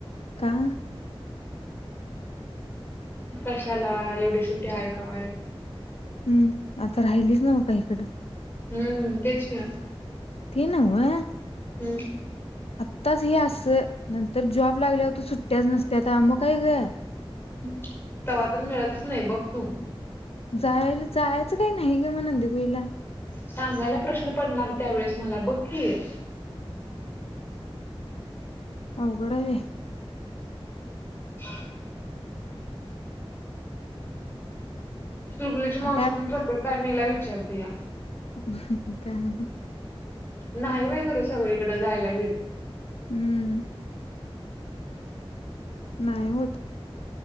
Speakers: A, on the left; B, on the left.
A: पाहा
B: कशाला, एवढी सुट्टी आहे काय?
A: हम्म, आता राहिलीस न्हवं का इकडं
B: हम्म तेच कि
A: ते न्हवं,
B: हम्म
A: आत्ताच हे असं नंतर जॉब लागल्यावर तर सुट्ट्याच नसत्याता म काय गं?
B: हं तवा तर मिळतच नाही बघ तू
A: जायला जायचं काही नाही ग म नंदेकुईला
B: सांगायला प्रश्न पडणार त्यावेेळेस मला बघ कि
A: अवघड आहे बाई
B: <unintelligible> सुरगुलीची मावशी
A: बाई
B: पण प्रत्येक टायमिंगला विचारतिया
A: हं हं काय म <unintelligible>
B: नाही बाई खरं सगळीकडे जायला व्हित
A: हम्म नाही होत.